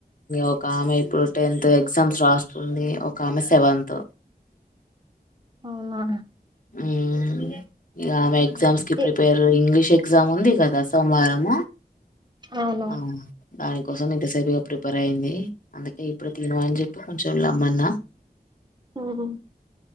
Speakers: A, on the left; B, on the right.
A: ఒక ఆమె ఇప్పుడు టెన్త్ ఎగ్జామ్స్ రాస్తుంది ఒక ఆమె సెవెన్త్
B: అవునా
A: హ్మ్ ఇగ ఆమె ఎగ్జామ్స్ కి
B: ఏ
A: ప్రిపేర్ ఇంగ్లీష్ ఎ ఎగ్జామ్ ఉంది కదా సోమవారం
B: అవును
A: అ కోసం ఇంతసేపుగా ప్రిపేర్ అయింది అందుకే ఇప్పుడు తిను అని చెప్పి కొంచెం లెమ్మన్నా
B: హ్మ్